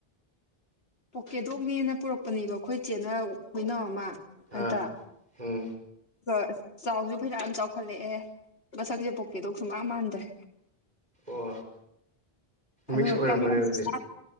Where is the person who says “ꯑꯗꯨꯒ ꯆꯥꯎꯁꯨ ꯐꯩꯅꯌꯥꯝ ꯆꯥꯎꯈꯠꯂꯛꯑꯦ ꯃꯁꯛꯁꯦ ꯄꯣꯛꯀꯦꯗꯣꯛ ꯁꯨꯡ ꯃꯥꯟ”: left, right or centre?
Left